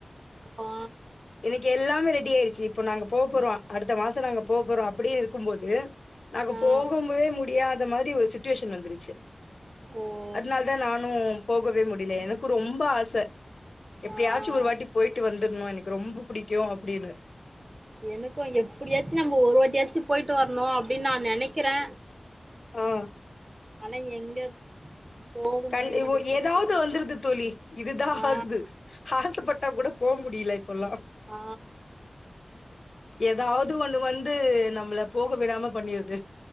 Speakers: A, on the right; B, on the left.
A: ப ஆ
B: எனக்கு எல்லாமே ரெடி ஆயீருச்சு இப்போ நாங்க போபோறோ அடுத்த மாச நாங்க போபோறோ அப்படி இருக்குபோது நாங்க
A: ஆ
B: போகவே முடியாத மாரி ஒரு சுட்டுவேஷன் வந்துருச்சு
A: ஓ
B: அதனால தா நானு போகவே முடியல எனக்கு ரொம்ப ஆச எப்பயா
A: ஆ
B: சு ஒரு வாட்டி போயிட்டு வந்துர்ணு எனக்கு ரொம்ப புடிக்கு அப்டின்னு
A: எனக்கு எப்பிடியாச்சு நம்ம ஒரு வாட்டியாச்சு போயிட்டு வர்ணு அப்டின் நா நெனைக்கிறே
B: ஆ
A: ஆனா எங்க போக
B: கண்டு
A: முடிய மாட்டேங்குது
B: உ ஏதாது
A: தோழி
B: வந்துருது தோழி இதுதா
A: ஆ
B: ஆகுது ஆசைப்பட்டா கூட போ முடில இப்புலா
A: ஆ
B: ஏதாவ்து ஒண்ணு வந்து நம்மள போக விடாம பண்ணிருது